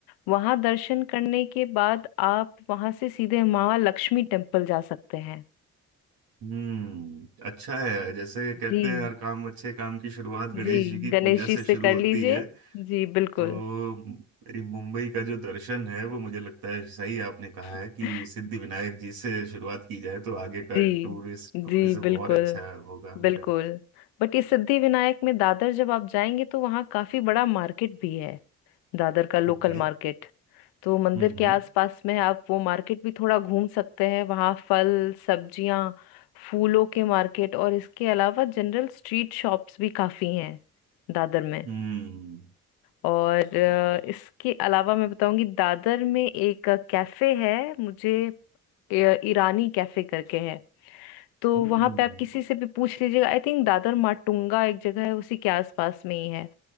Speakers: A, on the left (about 85°); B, on the right (about 75°).
A: वहां दर्शन करने के बाद आप वहां से सीधे माँ लक्ष्मी टेम्पल जा सकते हैं
B: हम्म अच्छा है जैसे कहते
A: जी
B: हैं हर काम अच्छे काम की शुरुआत गणेश
A: जी
B: जी की
A: गणेश
B: पूजा
A: जी
B: से
A: से
B: शुरू
A: कर
B: होती
A: लीजिए
B: है
A: जी बिल्कुल
B: तो मेरी मुंबई का जो दर्शन है वो मुझे लगता है सही आपने कहा है
A: <laughs>
B: कि सिद्धि विनायक जी से शुरुआत की जाए तो आगे का
A: जी
B: टूरिस्ट
A: जी
B: टूरिज्म
A: बिल्कुल
B: और अच्छा होगा मेरा
A: बिल्कुल बट ये सिद्धि विनायक में दादर जब आप जाएंगे तो वहाँ काफी बड़ा मार्केट भी है दादर का लोकल
B: ओके
A: मार्केट तो मंदिर
B: हम्म
A: के
B: हम्म
A: आसपास में आप वो मार्केट भी थोड़ा घूम सकते हैं वहाँ फल सब्जियाँ फूलों के मार्केट और इसके अलावा जनरल स्ट्रीट शॉप्स भी काफी हैं दादर में
B: हम्म
A: और अ,
B: और
A: इसके अलावा मैं बताऊंगी दादर में एक कैफे है मुझे अ, ईरानी कैफे करके है तो
B: हम्म
A: वहां पे आप किसी से भी पूछ लीजिएगा आई थिंक दादर माटुंगा एक जगह है उसी के आसपास में ही है